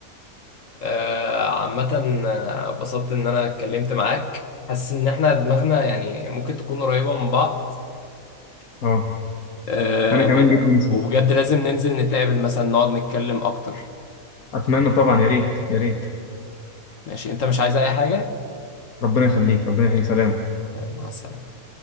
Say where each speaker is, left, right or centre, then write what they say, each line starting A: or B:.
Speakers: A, on the left (about 65°); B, on the left (about 80°).
A: آه، عامة آه، اتبسطت إن أنا اتكلمت معاك حاسس إن إحنا دماغنا يعني ممكن تكون قريبة من بعض
B: اه
A: آه،
B: أنا كمان جدا
A: وبجد لازم ننزل نتقابل مثلا نقعد نتكلم أكتر
B: اتمنى طبعا يا ريت يا ريت
A: ماشي أنت مش عايز أي حاجة؟
B: ربنا يخليك ربنا يخليك سلام
A: يلا مع السلامة